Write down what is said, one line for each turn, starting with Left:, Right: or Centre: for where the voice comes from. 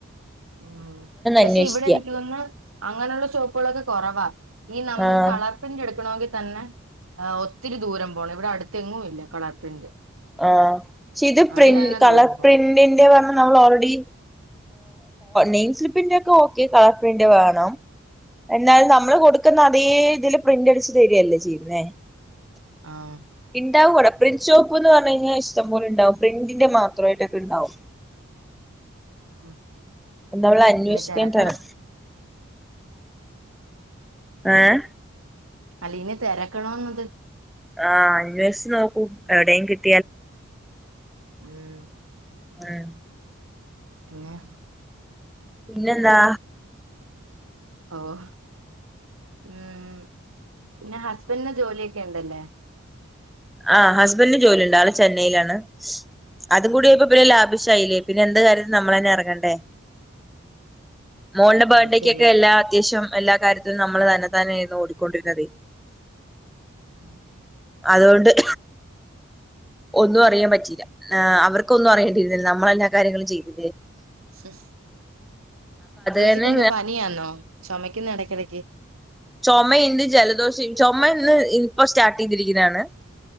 Right: ആഹ് പക്ഷെ
Centre: അന്വേഷിക്കുക
Right: ഇവിടെ എനിക്ക് തോന്നുന്ന്- അങ്ങനെയുള്ള ഷോപ്പുകളൊക്കെ കൊറവാ ഈ നമ്മുക്ക്
Centre: ആഹ്
Right: കളർപിന്റ് എടുക്കണോങ്കി തന്നെ- ആഹ് ഒത്തിരി ദൂരം പോണം ഇവിടെ അടുത്തെങ്ങും ഇല്ല കളർ പ്രിന്റ്
Centre: ആഹ് പക്ഷെ ഇത്
Right: അതിന്
Centre: പ്രിൻ്റ്
Right: തന്നെ
Centre: കളർ
Right: ദൂരം പോണം
Centre: പ്രിന്റിന്റെയാ നമ്മള് ഓൾറെഡി നെയിം സ്ലിപ്പിന്റെ ഒക്കെ ഓക്കെ കളർ പ്രിന്റ് വേണം എന്നാല് നമ്മള് കൊടുക്കുന്ന അതേ ഇതില് പ്രിന്റ് അടിച്ച് തരുവല്ലേ ചെയ്യുന്നേ
Right: ആഹ്
Centre: ഇണ്ടാവുംടാ അവിടെ പ്രിന്റ്ഷോപ്പ് എന്ന് പറഞ്ഞു കഴിഞ്ഞാ ഇഷ്ടം പോലെ ഇണ്ടാവും പ്രിൻ്റിൻ്റെ മാത്രമായിട്ടൊക്കെണ്ടാവും
Right: <unintelligible>
Centre: നമ്മള് അന്വേഷിക്കാഞ്ഞിട്ടാണ്
Right: ഇനി തെരക്കണം മം
Centre: ഏഹ്
Right: അല്ല ഇനി തെരക്കണ്ണോന്ന് അത്
Centre: ആഹ് അന്വേഷിച്ച് നോക്കൂ എവിടെയും കിട്ട്
Right: ഉം
Centre: ഉം
Right: പിന്നെ-
Centre: പിന്നെ എന്താ
Right: ഓഹ് മം പിന്നെ ഹസ്ബൻഡിന് ജോലിയൊക്കെ ഇണ്ടല്ലേ
Centre: ആഹ് ഹസ്ബൻഡിന് ജോലി ഒണ്ട് ആള് ചെന്നൈയിലാണ് അതും
Right: ആഹ്
Centre: കൂടെയായപ്പോ പിന്നെ ലാപ്- ശൈയിലി ആയി പിന്നെ എന്ത് കാര്യത്തിനും നമ്മള് തന്നെ എറങ്ങണ്ടേ മോൾടെ ബർത്ത്ഡയ്കൊക്കെ
Right: അത് ശരിയാ
Centre: എല്ലാ അത്യാവശ്യം- എല്ലാ കാര്യത്തിനും നമ്മള് തന്നെതാനെ ഇരുന്ന് ഓടിക്കൊണ്ടിരുന്ന മതി
Right: <inaudible>
Centre: അതുകൊണ്ട്- ഒന്നും അറിയാൻ പറ്റിയില്ല ആ അവർക്കൊന്നും അറിയേണ്ടിയിരുന്നില്ല നമ്മളെല്ലാ കാര്യങ്ങളും ചെയ്തിലേ
Right: ഹും ചേച്ചിക്ക്
Centre: തന്നെ
Right: എഎന്തുവാ പനിയാന്നോ ചൊമക്കുന്ന് എടക്കിടക്ക്
Centre: ചൊമയിണ്ട് ജലദോഷം ചൊമ ഇന്ന് ഇപ്പൊ സ്റ്റാർട്ട് ചെയ്തിരിക്കുന്നാണ്